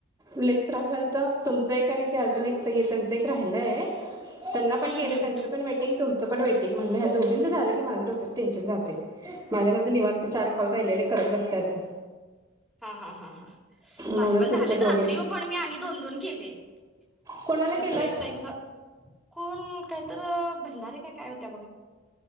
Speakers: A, on the right (about 15°); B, in the centre.
A: लैच त्रास व्हायलतं तुमचं एक आणि ते अजुन एक ताईये त्यांच एक राहील खरंय त्यांना पण
B: हम्म
A: केलंय
B: हम्म
A: त्यांच पण वेटींग तुमचं पण वेटींग म्हणलं ह्या दोघी त्याच झाल की माझ्या डोक्याच टेंशन जातंय. माझ माझे निवांत चार कॉल राहीलेले करत बसते आता
B: हा-हा-हा-हा माझे
A: म्हणून
B: पण झा
A: तुमच्या दोघींनी
B: रात्री ओ आंम्ही दोन दोन केलेत
A: कोणाला
B: दुसर
A: केलात?
B: एक ताईंच कोण कायतर भंडारे का काय होत्या बघा